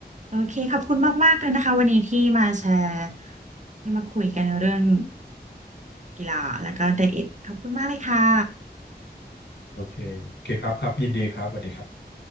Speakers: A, on the right; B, on the left.
A: โอเคขอบคุณมากๆเลยนะคะวันนี้ที่มาแชร์ได้มาคุยกันเรื่องกีฬาแล้วก็ไดเอทขอบคุณมากเลยค่ะ
B: โอเคโอเคครับครับยินดีครับสวัสดีครับ